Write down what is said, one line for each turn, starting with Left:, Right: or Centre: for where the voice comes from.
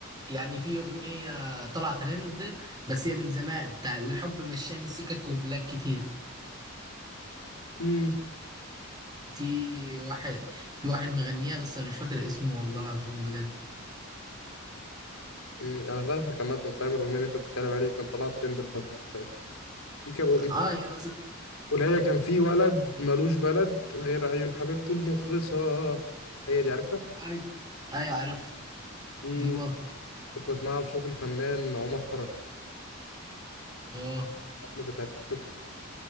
Right: يعني في اغنيه طلعت ترند بس هي من زمان بتاع الحب مشاني سكك وبلاك كتير
Left: امم
Right: في واحد في واحد مغنيها بس انا مش فاكر اسمه والله العظيم بجد
Left: مم، انا فاهمك عامه فاهم الاغنيه اللي انت بتتكلم عليها كانت طالعه ترند الفتره اللي فاتت في كام
Right: اه
Left: اغنيه
Right: يا مثلا
Left: واللي هي كان في ولد ملوش بلد غير عيون حبيبته المخلصه هي دي عارفها
Right: ايوه ايوه عارف
Left: دي
Right: دي برضه
Left: كنت بسمعها بصوت الفنان عمر فرج
Right: اه
Left: عمر بتاع التيك توك